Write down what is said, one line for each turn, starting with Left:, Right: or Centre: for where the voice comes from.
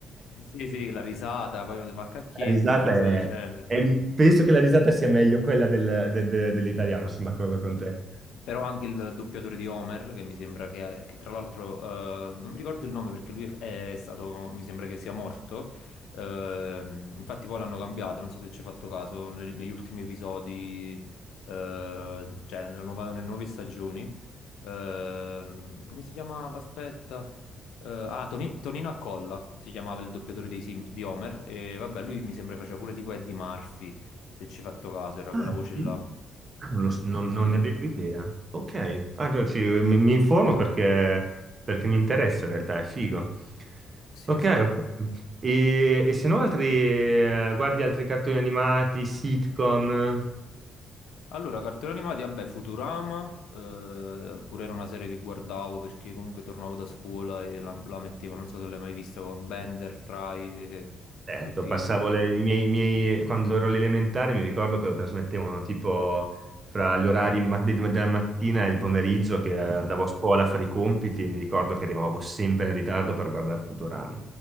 Left: sì, sì, la risata, poi quando fa cacchietto,
Right: La risata
Left: una cosa
Right: è...
Left: del genere.
Right: è- Penso che la risata sia meglio quella del- de- de- dell'italiano, sono d'accordo con te.
Left: Però anche il doppiatore di Homer, che mi sembra che, che tra l'altro, eh, non mi ricordo il nome perché lui è è stato, mi sembra che sia morto. Ehm, infatti poi l'hanno cambiato, non so se ci hai fatto caso, neg- negli ultimi episodi, eh, cioè nella nuova- nelle nuove stagioni. Ehm, come si chiamava? Aspetta. Eh, ah, Toni- Tonino Accolla si chiamava il doppiatore dei Sim- di Homer. E vabbè, lui mi sembra faceva pure tipo Eddie Murphy, se ci hai fatto caso, era
Right: Ah,
Left: quella voce
Right: sì?
Left: là.
Right: Ah, Non, lo s-
Left: Sì,
Right: non-
Left: sì,
Right: non
Left: sì,
Right: ne
Left: sì.
Right: avevo idea. Ok, Ah, allora ci- mi, mi informo perché, perché mi interessa in realtà, è figo.
Left: Sì.
Right: Ok, ok. E, e se no altri, eh, guardi altri cartoni animati, sitcom?
Left: Allora, cartoni animati, vabbè, Futurama, eh, pure era una serie che guardavo perché comunque tornavo da scuola e la, la mettevo, non so se l'hai mai vista con Bender, Fry e
Right: Certo,
Left: tutti...
Right: passavo le- i miei, i miei- quando ero alle elementari mi ricordo che lo trasmettevano tipo fra gli orari ma- de- della mattina e il pomeriggio che eh, andavo a scuola a fare i compiti e mi ricordo che arrivavo sempre in ritardo per guardare Futurama.